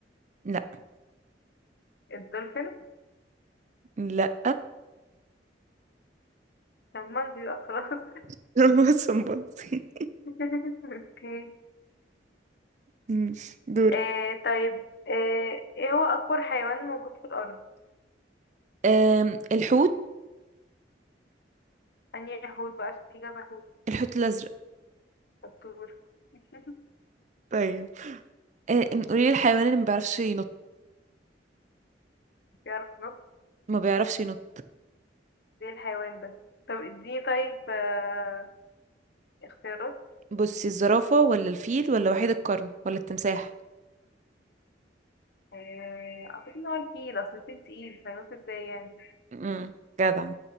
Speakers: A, on the right; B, on the left.
A: لا
B: الدولفين
A: لا
B: طب ما دي بقى خلاص
A: <laughs> هو الشمبانزي
B: <laughs> اوكي
A: ماشي دوري
B: آه... طيب آه... ايه هو اكبر حيوان موجود في الارض
A: أم الحوت
B: اني حوت بقى عشان في كذا حوت
A: الحوت الازرق
B: الطور <laughs>
A: ايوه آه، إن- قولي لي الحيوان اللي ما بيعرفش ينط
B: بيعرف ينط
A: ما بيعرفش ينط
B: زي الحيوان بس طب اديني طيب آه... اختيارات
A: بصي الزرافة ولا الفيل ولا وحيد القرن ولا التمساح
B: آه... اعتقد ان هو الفيل اصل الفيل تقيل فينط ازاي يعني
A: امم جدع